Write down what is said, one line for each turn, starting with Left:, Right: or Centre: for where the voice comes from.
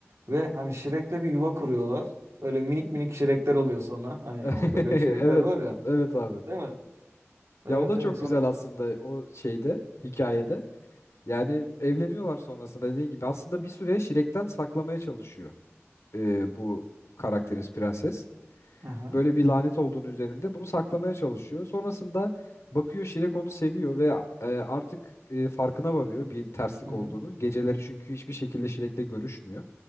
Right: Ve hani Shrek'le bir yuva kuruyorlar. Öyle minik minik Shrek'ler oluyor sonra. Hani
Left: <laughs>
Right: o bebek
Left: Evet.
Right: Shrek'ler var ya.
Left: Evet abi.
Right: Değil mi? Evet
Left: Ya o da çok
Right: evet. Sonra
Left: güzel aslında o şeyde hikayede. Yani evleniyorlar sonrasında dediğin gibi. Aslında bir süre Şirek'ten saklamaya çalışıyor ee, bu karakterimiz prenses.
Right: Aha.
Left: Böyle bir lanet olduğunu üzerinde bunu saklamaya çalışıyor. Sonrasında bakıyor Şirek onu seviyor ve e, artık e, farkına varıyor bir terslik
Right: Hı hı.
Left: olduğunu. Geceleri çünkü hiçbir şekilde Şirek'le görüşmüyor.